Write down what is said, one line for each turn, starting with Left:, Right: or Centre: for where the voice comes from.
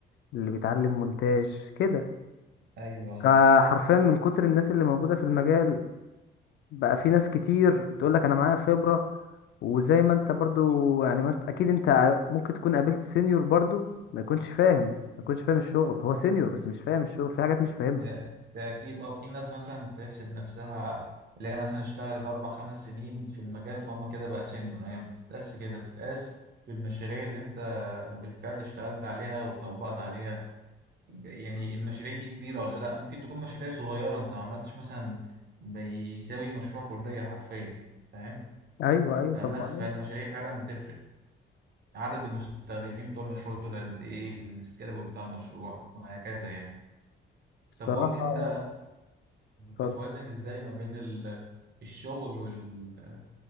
Left: اللي بيتعلم مونتاج كده
Right: ايوه
Left: فحرفيا من كتر الناس اللي موجودة في المجال بقى في ناس كتير بتقول لك انا معايا خبرة وزي ما انت برضو يعني ما انت اكيد انت ممكن تكون قابلت سينيور برضو ما يكونش فاهم ما يكونش فاهم الشغل هو سينيور بس مش فاهم الشغل في حاجات مش فاهمها
Right: ده, ده أكيد اه في ناس مثلا بتحسب نفسها اللي هي مثلا اشتغلت أربع خمس سنين في المجال فهم كده بقى سينيور هي ما بتتقاس كده بتتقاس بالمشاريع اللي أنت بالفعل اشتغلت عليها وطبقت عليها يعني المشاريع دي كبيرة ولا لأ ممكن تكون مشاريع صغيرة أنت ما عملتش مثلا بيساوي مشروع كلية حرفيا فاهم
Left: ايوه ايوه
Right: فبس
Left: طب معلش
Right: فالمشاريع فعلا بتفرق عدد المستخدمين بتوع المشروع دول قد إيه السكيلابل بتاع المشروع وهكذا يعني
Left: الصراحة
Right: طب قول لي أنت
Left: اتفضل.
Right: بتوازن إزاي ما بين ال- الشغل وال...